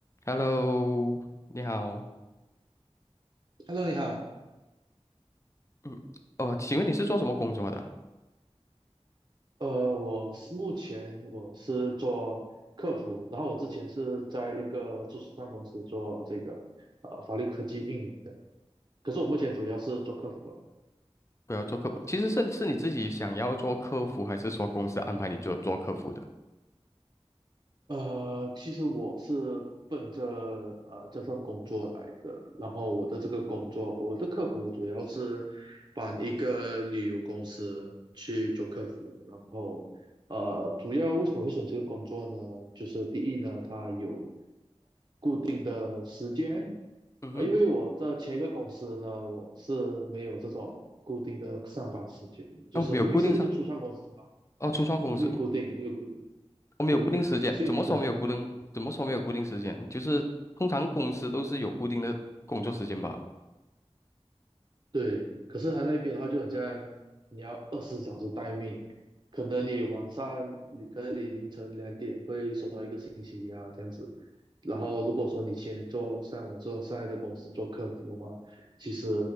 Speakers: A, on the left (about 25°); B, on the right (about 40°).
A: Hello，你好。
B: Hello，你好。
A: 嗯，哦，请问你是做什么工作的啊
B: 呃，我是目前我是做客服，然后我之前是在一个初创公司做这个呃法律科技运营的，可是我目前主要是做客服啊。
A: 不要做客服，其实是是你自己想要做客服，还是说公司安排你做做客服的？
B: 呃，其实我是奔着呃这份工作来的，然后我的这个工作，我的客服主要是帮一个旅游公司去做客服，然后呃主要为什么会选这个工作呢？就是第一呢，它有。定的时间，
A: 嗯哼，
B: 啊，因为我的前一个公司呢，我是没有这种固定的上班时间的，就是因为是一个初创公司嘛，
A: 哦，没有固定上，哦，初创公司，
B: 没有固定，没有固定，
A: 我、没有固定时间。
B: 对，所以你可能
A: 怎么说没有固定？怎么说没有固定时间？就是通常公司都是有固定的工作时间吧？
B: 对，可是他那边的话，就好像你要二十小时待命，可能你晚上，你可能你凌晨两点会收到一个信息啊，这样子。然后如果说你先做像我做现在的公司做客服的话，其实